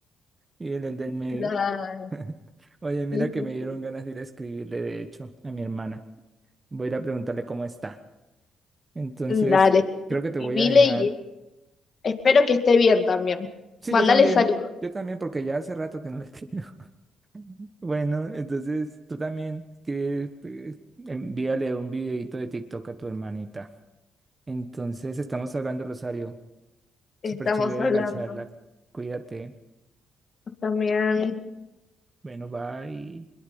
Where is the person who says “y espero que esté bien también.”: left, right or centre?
Left